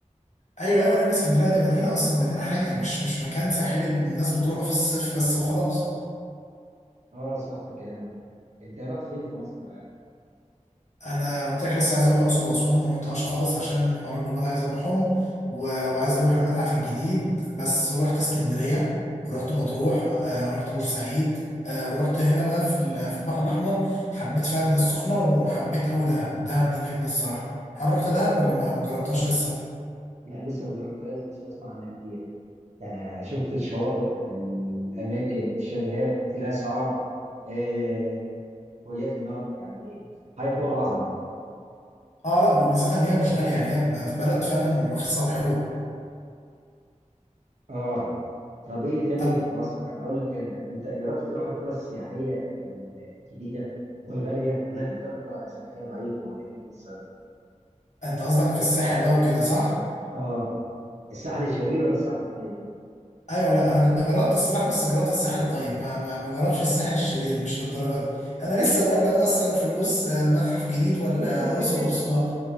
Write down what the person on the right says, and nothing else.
اه صح كلامك انت رحت فين في مصر بقى
لا لسه ما جربتهاش بس بسمع عنها كتير انا شفت الشواطئ الاماكن الشاليهات الاسعار آه، الفوجات هناك يعني ايه حاجه فوق العظمه
اه طب ايه تاني
في مصر انا اقول لك انا انت جربت تروح القرى السياحيه الجديده والغاليه ولا انت بتروح قرى سياحيه ضعيفه ولا ايه بالظبط
اه الساحل الشرير ولا الساحل الطيب
<laughs>